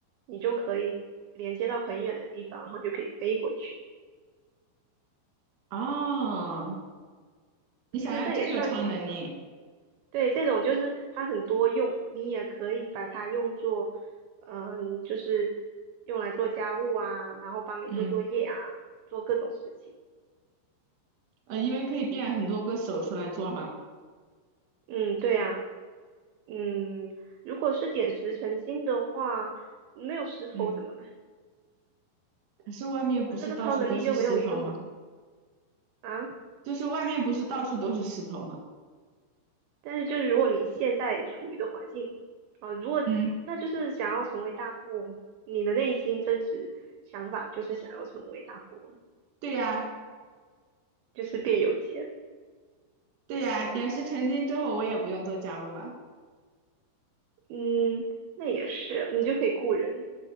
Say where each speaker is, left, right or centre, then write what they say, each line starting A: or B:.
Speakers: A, on the right; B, on the right.
A: 你就可以连接到很远的地方，然后你就可以飞过去。
B: 哦，你想要这个超能力？
A: 其实这也算是一种。对，这种就是它很多用，你也可以把它用作，嗯、就是用来做家务啊，然后帮你做作业啊，
B: 嗯，
A: 做各种事情。
B: 呃，因为可以变很多个手出来做嘛。
A: 嗯，对啊，嗯，如果是点石成金的话，没有石头怎么办？
B: 嗯，可是外面不是到处都是石头吗？
A: 那这个超能力就没有用了啊。
B: 就是外面不是到处都是石头吗？
A: 但是就是如果你现在处于的环境，啊、如果那就是想要成为大富翁，
B: 嗯，
A: 你的内心真实想法就是想要成为大富翁，
B: 对呀，
A: 就是变有钱。
B: 对呀，点石成金之后我也不用做家务了。
A: 嗯，那也是，你就可以雇人，